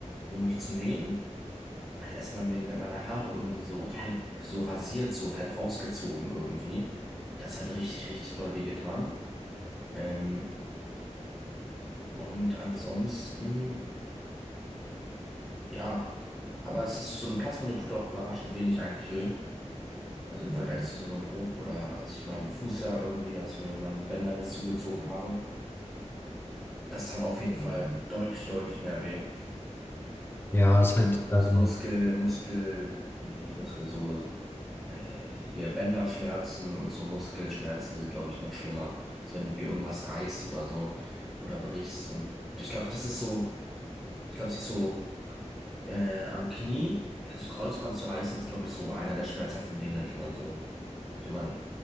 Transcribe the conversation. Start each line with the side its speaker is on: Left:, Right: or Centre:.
Centre: um mich zu nähen. hat erstmal meine, meine Haare irgendwie so halb so rasiert, so halb rausgezogen irgendwie. Das hat richtig, richtig doll wehgetan. Ähm, und ansonsten, ja. Aber es ist so eine Platzwunde tut auch überraschend wenig eigentlich weh. Also im Vergleich Mhm. zu so einem Bruch oder als ich meinen Fuß ja irgendwie, als ich mir meinen Bänderriss zugezogen habe, das tat auf jeden Fall deutlich, deutlich mehr weh.
Left: Ja, es
Centre: So,
Left: ist halt, ähm,
Centre: so Muskel, Muskel, nee, nicht Muskel, so. Äh, Hier Bänderschmerzen und so Muskelschmerzen sind, glaube ich, noch schlimmer. Also wenn du dir irgendwas reißt oder so oder brichst. Und ich glaube, das ist so, ich glaube, sich so äh, am Knie das Kreuzband zu reißen, ist, glaube ich, so einer der schmerzhaften Dinge, die man so, dem man